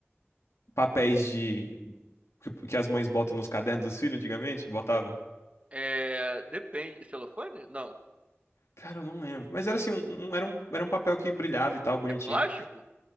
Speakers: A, on the left; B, on the right.
A: papéis de que, que as mães botam nos cadernos dos filhos antigamente, botava.
B: É, depende. Celofane? Não.
A: Cara, eu não lembro. Mas era assim, um, um- era um, era um papel que brilhava e tal, bonitinho.
B: É plástico?